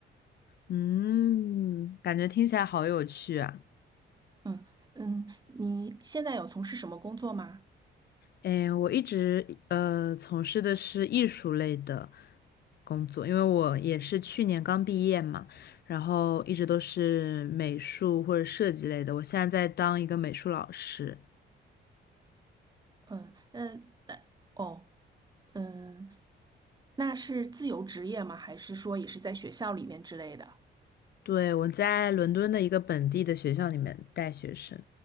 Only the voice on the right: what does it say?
嗯嗯，你现在有从事什么工作吗？
嗯嗯，那哦嗯，那是自由职业吗？还是说也是在学校里面之类的？